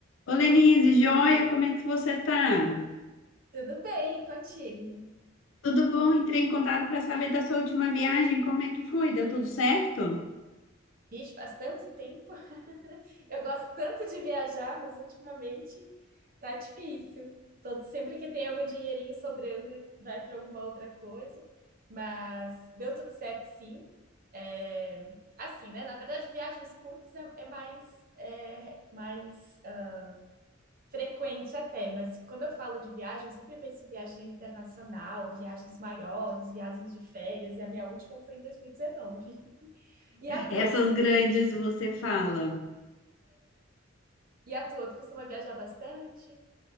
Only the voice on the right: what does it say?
Tudo bem, e contigo?
Vixe, faz tanto tempo. <laughs> Eu gosto tanto de viajar, mas ultimamente tá difícil. Todo, sempre que tem algum dinheirinho sobrando, vai para alguma outra coisa. Mas deu tudo certo, sim. É, assim, né? Na verdade, viagens curtas é, é mais, é, mais ah, frequente até. Mas quando eu falo de viagem, eu sempre penso em viagem internacional, viagens maiores, viagens de férias. E a minha última foi em 2019. E a tua?
E a tua? Tu costuma viajar bastante?